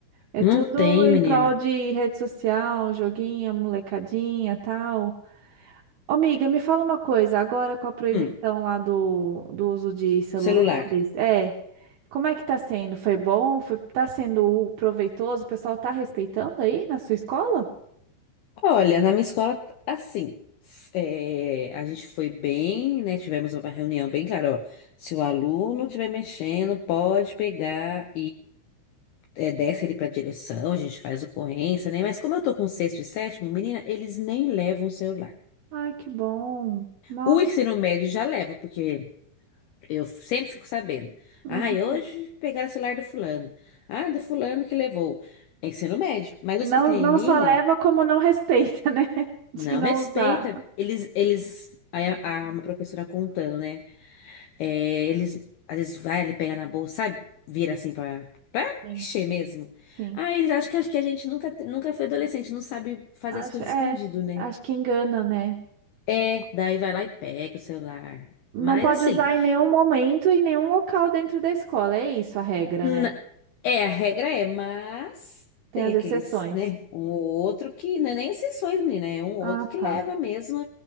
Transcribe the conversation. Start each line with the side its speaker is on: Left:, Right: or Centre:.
Right: É
Left: não
Right: tudo
Left: tem,
Right: em
Left: menina.
Right: prol de rede social, joguinho, molecadinha, tal. Ô, amiga, me fala uma coisa, agora com a proibição
Left: Hum,
Right: lá do, do uso de celulares,
Left: celular.
Right: é, como é que tá sendo? Foi bom? Foi, tá sendo u- proveitoso? O pessoal tá respeitando aí na sua escola?
Left: Olha, na minha escola, assim, é, a gente foi bem, né? Tivemos uma reunião bem clara, ó. Se o aluno estiver mexendo, pode pegar é, desce ele para direção, a gente faz ocorrência, né? Mas como eu tô com sexto e sétimo, menina, eles nem levam o celular.
Right: Ai, que bom. Nossa.
Left: O ensino médio já leva, porque eu sempre fico sabendo.
Right: Uhum.
Left: Ai, hoje pegaram o celular do fulano. Ah, do fulano que levou. É ensino médio. Mas os
Right: Não,
Left: pequenininhos
Right: não só leva como não respeita, né? <laughs> De
Left: não
Right: não
Left: respeita
Right: usar.
Left: Eles, eles, aí a, a- uma professora contando, né? É, eles, às vezes, vai ali pegar na bolsa, sabe? Vira assim pra, pra
Right: Sim.
Left: mexer mesmo.
Right: Sim.
Left: Ah, eles acham que, que a gente nunca, nunca foi adolescente, não sabe fazer
Right: Acho,
Left: as coisas
Right: é,
Left: escondido, né?
Right: acho que engana, né?
Left: É, daí vai lá e pega o celular.
Right: Não
Left: Mas
Right: pode
Left: assim,
Right: usar em nenhum momento, em nenhum local dentro da escola. É isso a regra,
Left: n-
Right: né?
Left: é, a regra é, mas
Right: Tem
Left: tem
Right: as
Left: aqueles,
Right: exceções.
Left: né? Um ou outro que, não é nem exceções, menina, é um ou
Right: Ah,
Left: outro que
Right: tá.
Left: leva mesmo